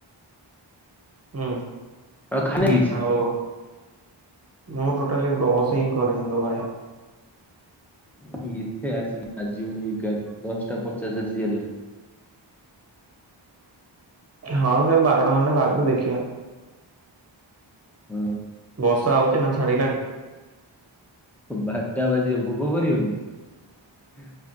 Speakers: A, on the right; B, in the centre.
A: ହୁଁ,
B: ଆଉ ଖାଇନା କିଛି
A: ଆଉ ମୁଁ ଟୋଟାଲି ବସ୍ ହିଁ କରି <unintelligible> ଭାଇ
B: ମୁଁ <unintelligible> ଏଥେ ଆସିକି ଆଜିି ବୋଲି ଏଗାର ଦଶଟା ପଚାଶ ଆସିଗଲାଣି।
A: ହଁ ସେ ବାରଟା ଖଣ୍ଡେ ବାଜୁ ଦେଖିବା।
B: ହଁ।
A: ବର୍ଷା ହଉଛି ନା ଛାଡିଲାଣି?
B: ବାରଟା ବାଜିବ ଭୋକ କରିବନି?